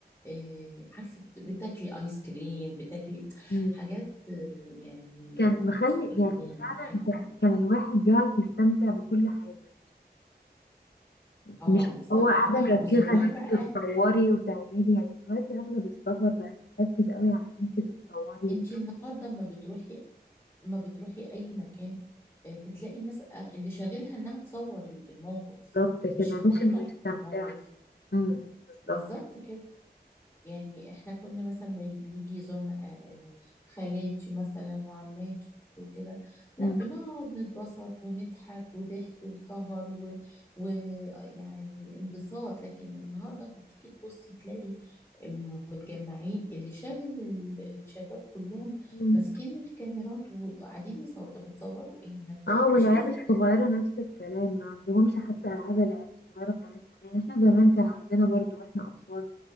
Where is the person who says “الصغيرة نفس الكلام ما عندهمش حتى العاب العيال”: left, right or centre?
Left